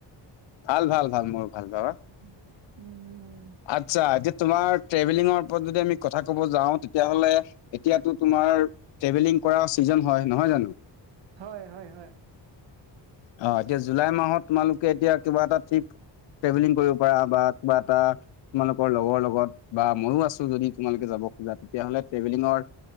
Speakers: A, on the left; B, on the right.
A: ভাল, ভাল ভাল মোৰ ভাল। পাবা,
B: উ উম, উম, উম
A: আচ্ছা, এতিয়া তোমাৰ ট্ৰেভেলিঙৰ ওপৰত যদি আমি
B: উম।
A: কথা, কব যাও তেতিয়া হলে, এতিয়াটো তোমাৰ ট্ৰেভেলিং কৰা ছিজন হয় নহয় জানো?
B: হয় হয়, হয়।
A: অ এতিয়া জুলাই মাহত তোমালোকে এতিয়া কিবা এটা ট্ৰিপ, ট্ৰেভেলিং কৰিব পাৰা বা কিবা এটা, তোমালোকৰ লগৰ লগত, বা মইয়ো আছো। যদি তোমালোকে যাব খোজা তেতিয়াাহলে ট্ৰেভেলিঙৰ,